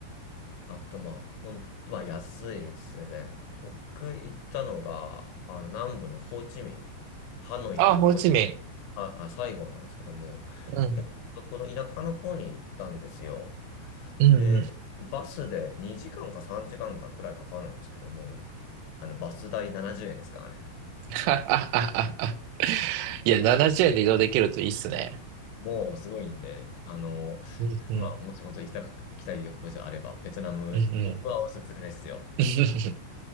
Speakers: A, on the left; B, on the right.
A: あと、まあ、ほん、まあ、安いですね。僕行ったのが、あの、南部のホーチミン、ハノイ、
B: あ、
A: あ、
B: ホーチミン。
A: ホ、あ、あ、サイゴンなんですけども、
B: うん。
A: 結構、この田舎の方に行ったんですよ。
B: うんうん。
A: で、バスで2時間か3時間かんかくらいかかるんですけども、あの、バス代70円ですからね。
B: <laughs> いや、70円で移動できるといいっすね。
A: もうすごいんで、あの、
B: うんうん。
A: まあ、もし本当行きた、行きたい旅行地があれば、ベトナム、
B: うんうん。
A: 僕はおすすめですよ。
B: <laughs>